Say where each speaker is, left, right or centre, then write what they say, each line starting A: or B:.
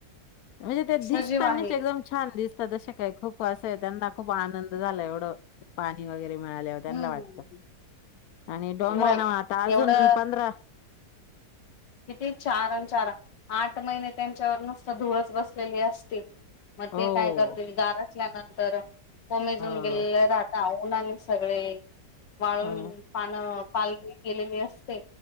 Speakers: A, on the left; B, on the left.
A: म्हणजे ते दिसतनीच
B: सजीव आहे
A: एकदम छान दिसतात ते काय खूप वा. खूप आनंद झाला एवढं पाणी वगैरे. मिळाल्या त्यांना
B: हम्म
A: वाटत आणि डोंगरा
B: मग
A: नाव आता अजून
B: एवढं
A: पंधरा.
B: किती चार चार आठ महिने त्यांच्यावर नुसत धुअस बसलेली असते. मग
A: हो
B: ते काय करतील गार असल्यानंतर कोमेजून
A: हो.
B: गेले राहता. उने सगळे वाळून
A: हा
B: पानं पालली केलेली असते.